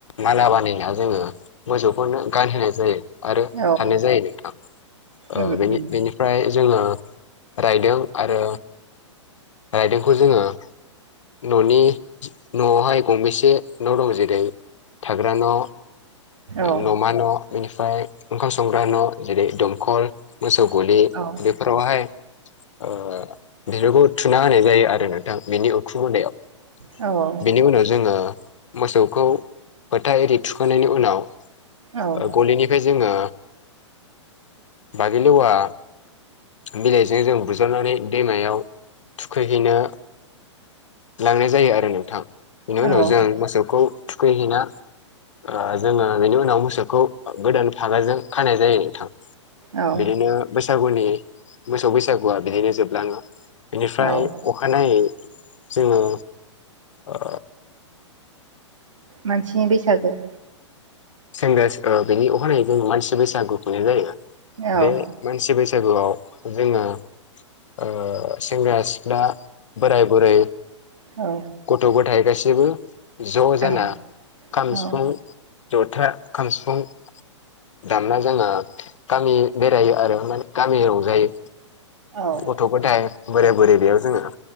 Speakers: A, on the left (about 75°); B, on the right (about 80°).
A: माला बानायना जोङो मोसौफोरनो गानहोनाय जायो। आरो
B: औ
A: सारनाय जायो नोंथा
B: उम
A: ओ बेनि
B: उम
A: बेनि फ्राय जोङो रायदों आरो रायदोंखौ जोङो न'नि न'आवहाय गंबेसे न' दं जेरै थाग्रा न' ओ
B: औ
A: न'मा न' बेनिफ्राय ओंखाम संग्रा न' जेरै दमखल मोसौ गलि
B: औ
A: बे फोरावहाय ओ बिलुखौ थुना होनाय जायो आरो नोंथां बेनि उ <unintelligible>
B: औ
A: बेनि उनाव जोङो मोसौखौ फोथा एरि थुखांनायनि उनाव
B: औ
A: ओ गलिनिफाय जोङो बागिलिवा बिलाइजों जों बुज्रावनानै दैमायाव थुखैहैनो लांनाय जायो आरो नोंथां बेनि
B: औ
A: उनाव जों मोसौखौ थुखैहैना ओ जोङो बेनि उनाव मोसौखौ गोदान फागाजों खानाय जायो नोंथां।
B: औ
A: बिदिनो बैसागुनि मोसौ बैसागुआ बिदिनो जोबलाङो। बेनिफ्राय
B: औ
A: अखानायै जोङो ओ
B: मानसिनि बैसागो
A: सेंग्रा स ओ बेनि अखानायै जों मानसि बैसागु खुंनाय जायो
B: औ
A: बे मानसि बैसागुआव जोङो ओ सेंग्रा-सिख्ला बोराय-बुरै,
B: औ
A: गथ'-गथाइ गासैबो ज' जाना
B: औ
A: खाम,
B: औ
A: सिफुं, ज'था, खाम, सिफुं दानना जोंना गामि बेरायो आरो माने गामियाव रंजायो।
B: औ
A: गथ'-गथाय बोराय बुरै बेयाव जोङो